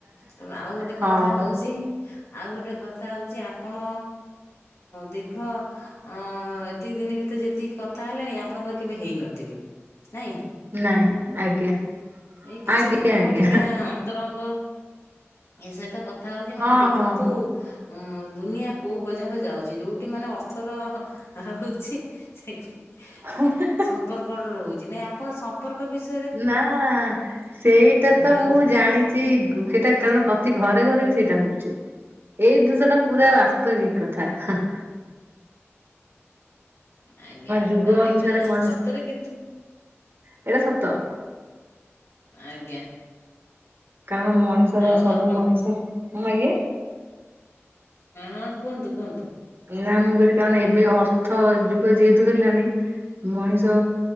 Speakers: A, on the left; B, on the right.
A: ତେଣୁ ଆଉ ଗୋଟେ
B: ହଁ।
A: କଥା ହଉଚି ଆଉ ଗୋଟେ କଥା ହଉଚି ଆପଣ ଦୀର୍ଘ ଅ ଏତିକି ଦିନ ଭିତରେ ଯେତିକି କଥା ହେଲାଣି ଆପଣଙ୍କର କେବେ ହେଇନଥିବେ ନାଇଁ।
B: ନାଇଁ ଆଜ୍ଞା
A: ଏଇ କିଛି
B: ଆଜ୍ଞା
A: ଦିନ ହବ
B: ଆଜ୍ଞା
A: ଟିକେ ତରଙ୍ଗ ଏ ସହିତ କଥା ହଉଚି ମାନେ
B: ହଁ
A: ଦେଖନ୍ତୁ
B: ହଁ ହଁ।
A: ଅ ଦୁନିଆ କୋଉ ପର୍ଯ୍ୟନ୍ତ ଯାଉଚି ଯୋଉଠି ମାନେ ଅର୍ଥର ରହୁଚି ସେଇଠି
B: ହଁ।
A: ସମ୍ପର୍କରେ ରହୁଚି ନାଇଁ ଆପଣ ସମ୍ପର୍କ ବିଷ
B: ନା ସେଇଟା
A: ଦିଅନ୍ତୁ।
B: ତ ମୁଁ ଜାଣିଚି। ଚି ସେଇଟା କାରଣ ପ୍ରତି ଘରେ ଘରେ ବି ସେଇଟା ହଉଚି। ଏଇ ଜିନିଷ ଟା ପୁରା ବାସ୍ତବିକ କଥା। ହାଁ।
A: ଆଜ୍ଞା
B: ଯୁଗ
A: କାରଣ
B: ଅନୁସାରେ
A: ଏଇଟା
B: ମଣି
A: ସତରେ କିନ୍ତୁ
B: ଏଇଟା ସତ
A: ଆଜ୍ଞା।
B: କାରଣ ମଣିଷର
A: ଆଉ
B: ସବୁ
A: ଆପଣ
B: ମଣିଷ କଣ ଆଜ୍ଞା?
A: ହଁ କୁହନ୍ତୁ କୁହନ୍ତୁ।
B: ନା ମୁଁ କଇଲି କାରଣ ଏବେ ଅର୍ଥ ଯୁଗ ଯେହେତୁ ହେଲାଣି ମଣିଷ